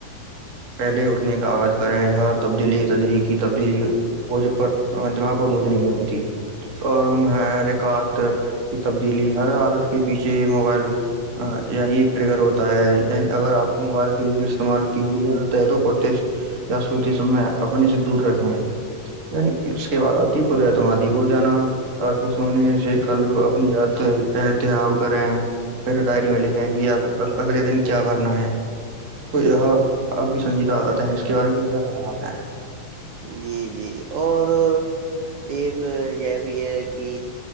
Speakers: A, on the right; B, on the right.
A: پہلے اٹھنے کا آغاز کرے ہیں یہاں تبدیلی تدلی کی تبدیلی بوجھ پر دماغ پر بوجھ نہیں بنتی اور ہے رکات کی تبدیلی ہر عادت کے پیچھے موبائل ہاں یہیں ایک ٹریگر ہوتا ہے ی اگر آپ کو موبائل فضول استعمال کی بری آدت ہے تو پردش یا سوتے سم میں اپنے سے دور رکھے ہیں یعنی عشق کے بع آتی خداتم آادھی رو جانا آج کو سونے سے کل اپنی یاد احتیااب کرے ہیں پھر ڈائری میں لکھے ہیں کہ آپ اگے دن کیا کرنا ہے تو یہ اب کی سنجیدہ آتا ہے اس کے بارے میں کو کیا خیال آتا ہے
B: جی جی اور ایک یہ بھی ہے کہ